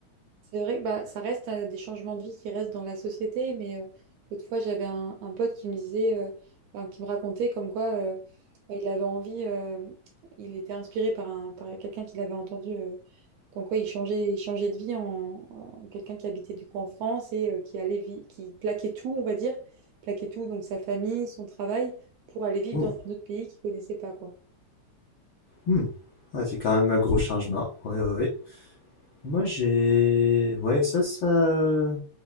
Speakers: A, on the right (about 75°); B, on the left (about 70°).
A: C'est vrai que bah, ça reste euh, des changements de vie qui restent dans la société, mais euh, l'autre fois, j'avais un, un pote qui me disait, euh, enfin, qui me racontait comme quoi euh, bah, il avait envie, euh, il était inspiré par, un, par quelqu'un qu'il avait entendu, euh, comme quoi il changeait, il changeait de vie en, en quelqu'un qui habitait du coup en France et euh, qui allait vi- qui plaquait tout, on va dire, plaquait tout, donc sa famille, son travail, pour aller vivre
B: Oh,
A: dans un autre pays qu'il connaissait pas, quoi.
B: hmm. Ouais, c'est quand même un gros changement. Oui, oui, oui. Moi, j'ai... Ouais, ça, ça...